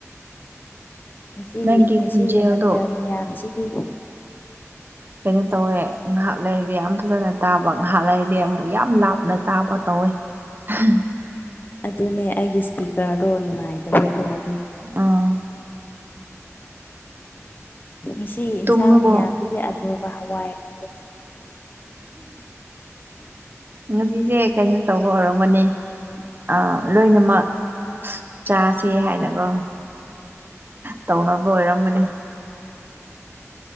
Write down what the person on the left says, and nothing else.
ꯉꯥꯁꯤꯒꯤ
ꯉꯥꯁꯤꯒꯤ
ꯃꯊꯦꯜ ꯃꯌꯥꯝꯁꯤꯗꯤ
ꯑꯗꯨꯅꯦ ꯑꯩꯒꯤ ꯁ꯭ꯄꯤꯀꯔꯗꯣ ꯅꯨꯡꯉꯥꯏꯇꯕꯀꯣ ꯑꯗꯨꯒꯤ
ꯉꯁꯤꯒꯤ ꯏꯟꯁꯥꯡ
ꯃꯌꯥꯝꯁꯤꯗꯤ ꯑꯥꯂꯨꯒ ꯍꯋꯥꯏ ꯉꯥꯛꯇ